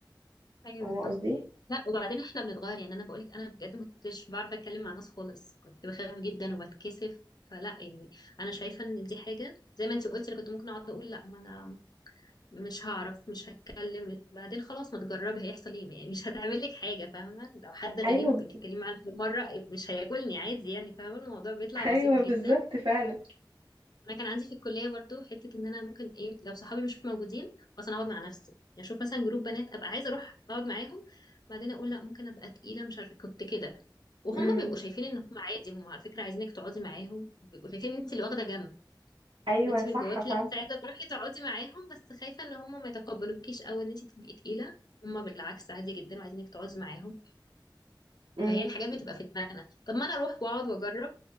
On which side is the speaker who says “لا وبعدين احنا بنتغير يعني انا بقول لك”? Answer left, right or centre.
Left